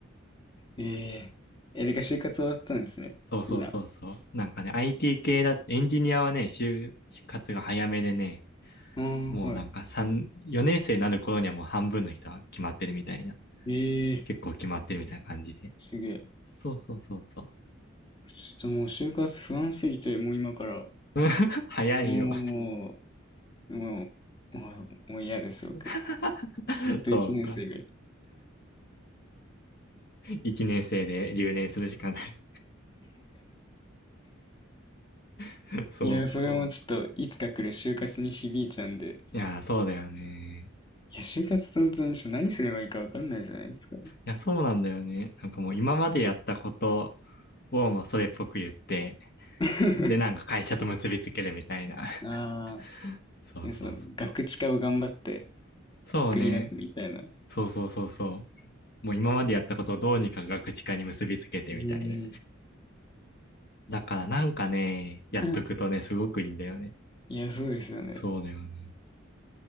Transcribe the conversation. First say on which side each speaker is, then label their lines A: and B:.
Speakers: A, on the left; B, on the left.
A: ええーえ、でか就活終わったんですね。
B: そうそうそうそう。
A: いいな。
B: なんかね、IT 系だ、エンジニアはね、就活が早めでね、
A: ああ、
B: もうなんか3、
A: は
B: 4年生になる頃にはもう半分の人は決まってるみたいな。
A: い。ええー
B: 結構決まってるみたいな感じで。
A: すげえ。
B: そうそうそうそう。
A: ちょっともう就活不安すぎて、もう今から、
B: <laughs> 早いよ。
A: もう、もう、もう、もう嫌です、僕。
B: <laughs>
A: ずっと一年生が
B: そうか。1年生で留年するしかない。<laughs> そうか。
A: いや、それもちょっと、いつか来る就活に響いちゃうんで。
B: いやー、そうだよね。
A: いや、就活って本当にちょっと何すればいいかわかんないじゃないですか。
B: いや、そうなんだよね。なんかもう今までやったことをもうそれっぽく言って、
A: <laughs>
B: で、なんか会社と結びつけるみたいな。
A: あ
B: <laughs> そうそう
A: あ、ね、その、ガクチカを頑張って
B: そうね。
A: 作り出すみたいな。
B: そうそうそうそう。もう今までやったことをどうにかガクチ化に結びつけてみたいな。
A: うん。
B: だからなんかね、やっとくとね、
A: うん
B: すごくいいんだよね。
A: いや、そうですよね。
B: そうだよね。